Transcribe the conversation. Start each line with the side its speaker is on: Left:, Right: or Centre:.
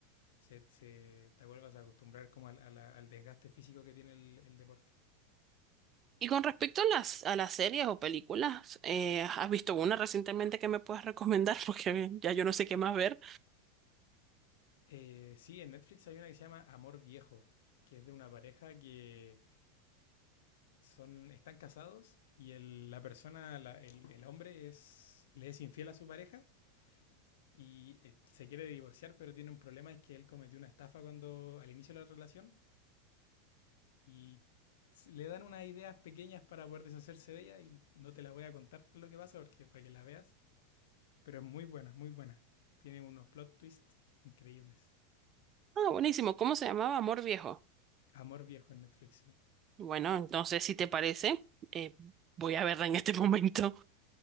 Left: se, se- te vuelvas a acostumbrar como al, a al desgaste físico que tiene el, el deporte.
Right: Y con respecto a las, a las series o películas, eh, ¿has visto una recientemente que me puedas recomendar? <laughs> Porque ya yo no sé qué más ver.
Left: Eh, sí, en Netflix hay una que se llama Amor Viejo, que es de una pareja que son, están casados y el- la persona, la- el, el hombre es, le es infiel a su pareja y eh, se quiere divorciar, pero tiene un problema, es que él cometió una estafa cuando al inicio de la relación y le dan unas ideas pequeñas para poder deshacerse de ella y no te la voy a contar lo que pasa porque para que la veas. Pero es muy buena, muy buena. Tiene unos plot twists increíbles.
Right: Ah, buenísimo, ¿cómo se llamaba? Amor Viejo.
Left: Amor viejo en Netflix, sí.
Right: Bueno, entonces, si te parece, eh, voy a verla en este <laughs> momento.